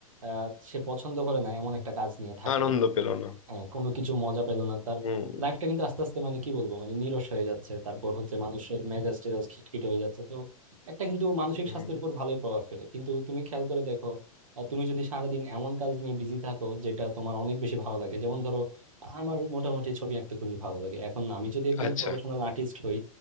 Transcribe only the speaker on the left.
আনন্দ পেল না
হুম
হুম
আচ্ছা